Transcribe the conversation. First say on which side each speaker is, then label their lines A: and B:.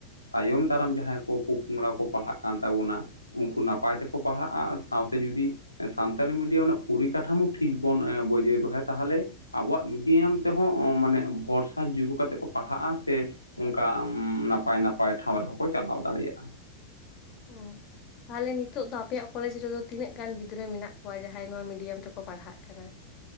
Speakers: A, on the left; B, on the left.
A: ᱛᱟᱭᱚᱢ ᱫᱟᱨᱟᱢ ᱡᱟᱦᱟᱸᱭ ᱠᱚ ᱯᱚᱼ ᱯᱚᱝᱲᱟ ᱠᱚ ᱯᱟᱲᱦᱟᱣᱜ ᱠᱟᱱ ᱛᱟᱵᱚᱱᱟ᱾ ᱩᱱᱠᱩ ᱱᱟᱯᱟᱭ ᱛᱮᱠᱚ ᱯᱟᱲᱦᱟᱣᱜᱼᱟ ᱟᱨ ᱥᱟᱶᱛᱮ ᱡᱩᱫᱤ ᱥᱟᱱᱛᱟᱞᱤ ᱢᱤᱰᱤᱭᱟᱢ ᱨᱮᱱᱟᱜ ᱯᱚᱨᱤᱠᱟᱴᱷᱟᱢᱳ ᱴᱷᱤᱠ ᱵᱚᱱ ᱮᱸ ᱵᱟᱹᱡᱟᱹᱭ ᱫᱚᱦᱚᱭᱟ ᱛᱟᱦᱞᱮ ᱟᱵᱚᱣᱟᱜ ᱢᱤᱰᱤᱭᱟᱢ ᱛᱮᱦᱚᱸ ᱢᱟᱱᱮ ᱵᱷᱚᱨᱥᱟ ᱡᱩᱜᱩ ᱠᱟᱛᱮᱫ ᱠᱚ ᱯᱟᱲᱦᱟᱣᱚᱜᱼᱟ ᱥᱮ ᱚᱱᱠᱟ ᱱᱟᱯᱟᱭ ᱱᱟᱯᱟᱭ ᱴᱷᱟᱶ ᱨᱮᱦᱚᱸ ᱠᱚ ᱪᱟᱞᱟᱣ ᱫᱟᱲᱮᱭᱟᱜᱼᱟ᱾
B: ᱚᱸᱻ ᱛᱟᱦᱚᱞᱮ ᱱᱤᱛᱚᱜ ᱫᱚ ᱟᱯᱮᱭᱟᱜ ᱠᱚᱞᱮᱡᱽ ᱨᱮᱫᱚ ᱛᱤᱱᱟᱹᱜ ᱜᱟᱱ ᱜᱤᱫᱽᱨᱟᱹ ᱢᱮᱱᱟᱜ ᱠᱚᱣᱟ᱾ ᱡᱟᱦᱟᱸᱭ ᱱᱚᱣᱟ ᱢᱤᱰᱤᱭᱟᱢ ᱛᱮᱠᱚ ᱯᱟᱲᱦᱟᱣᱜ ᱠᱟᱱᱟ᱾